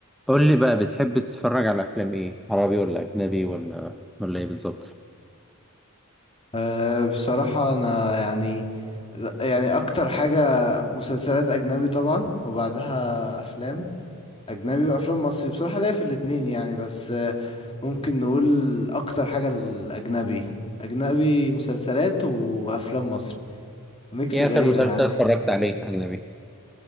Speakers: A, in the centre; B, on the left.
A: قول لي بقى بتحب تتفرج على افلام ايه عربي ولا اجنبي ولا ولا ايه بالظبط
B: أه بصراحة أنا يعني يعني أكتر حاجة مسلسلات أجنبي طبعا وبعدها أفلام أجنبي وأفلام مصري بصراحة ليا في الاتنين يعني بس آه، ممكن نقول أكتر حاجة الأجنبي أجنبي مسلسلات وأفلام مصري ميكس
A: ايه
B: غريب
A: اخر مسلسل
B: أنا عارف
A: اتفرجت عليه اجنبي